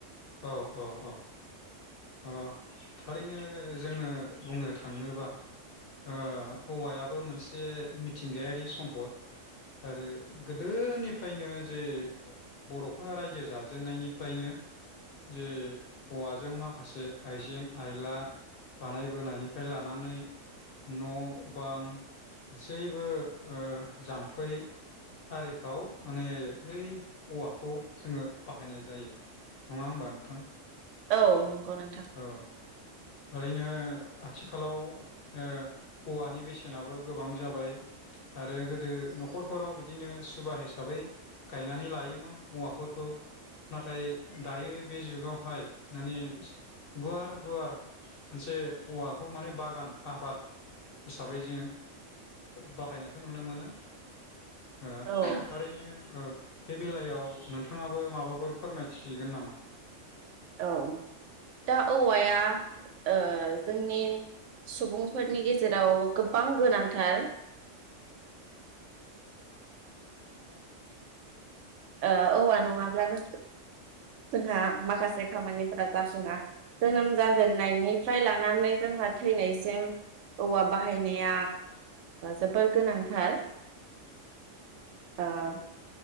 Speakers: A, on the left; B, on the right.
A: औ औ औ ओ थारैनो जोङो बुंनो थाङोबा ओ औवायाबो मोनसे मिथिंगायारि सम्पद आरो गोदोनिफ्रायनो जे बर'फ्रा रायजो जाजेननायनिफ्रायनो जे औवाजों मा माखासे आइजें आइला बानायबोनायनिफ्राय लानानै न' बां गासैबो जाम्फै आरिफ्राव माने बै औवाखौ जोङो बाहायनाय जायो नङा होमबा नोंथां।
B: औ नंगौ नोंथां।
A: औ ओरैनो आथिखालाव ओ औवानि बेसेनाबो गोबां जाबाय आरो गोदो न'खरफोराव बिदिनो सुबा हिसाबै गायनानै लायोमोन औवाफोरखौ नाथाय दायो बे जुगावहाय माने गुवार गुवार मोनसे औवाखौ माने बागान आबाद हिसाबै जों बाहायनायखौ नुनो मोनो। ओ
B: औ
A: थारैनो। ओ बे बेलायाव नोंथाङाबो माबाफोर फोरमायथिगोन नामा।
B: औ दा। औवाया ओ। जोंनि सुबुंफोरनि गेजेराव गोबां गोनांथार ओ औवा नङाब्लानो जोंहा माखासे खामानिफोरा जाफुङा जोनोम जा नायनिफ्राय लानानै जोंहा थैनायसिम औवा बाहाय जोबोर गोनांथार ओं।